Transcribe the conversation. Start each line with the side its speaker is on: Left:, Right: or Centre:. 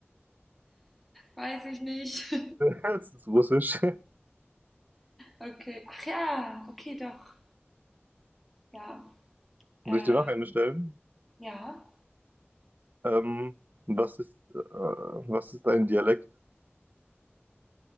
Centre: Weiß ich nicht. <laughs>
Right: Das ist Russisch.
Centre: Okay. Ach ja, okay, doch. Ja.
Right: Soll
Centre: Äh,
Right: ich dir noch eine stellen?
Centre: ja.
Right: Ähm, was ist, äh, was ist ein Dialekt?